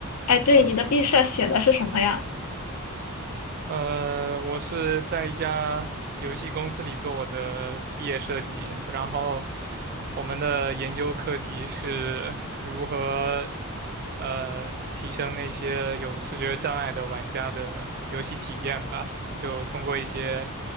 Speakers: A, on the left; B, on the right.
A: 哎，对，你的毕设写的是什么呀？
B: 呃，我是在一家游戏公司里做我的毕业设计，然后我们的研究课题是如何呃提升那些有视觉障碍的玩家的游戏体验吧，就通过一些